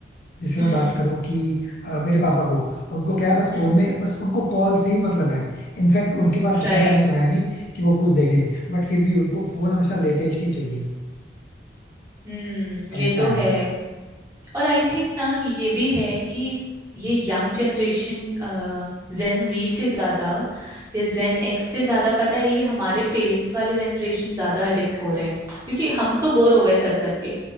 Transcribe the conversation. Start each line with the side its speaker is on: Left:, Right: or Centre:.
Left: जैसे
Right: हम्म
Left: मैं बात करूं कि अ, मेरे पापा को उनको क्या है बस
Right: हम्म
Left: फोन
Right: हम्म।
Left: में बस उनको कॉल से ही मतलब है इनफैक्ट उनके पास इतना
Right: राइट
Left: टाइम तो है नहीं कि वो कुछ देखे बट फिर भी उनको फोन हमेशा लेटेस्ट ही चाहिए
Right: हम्म
Left: ऐसा
Right: ये तो
Left: है
Right: है और आई थिंक ना ये भी है कि ये यंग जनरेशन जेन जी से ज्यादा या जेन एक्स से ज्यादा पता है ये हमारे पेरेंट्स वाले जनरेशन ज्यादा एडिक्ट हो रहे हैं क्योंकि हम तो बोर हो गए कर करके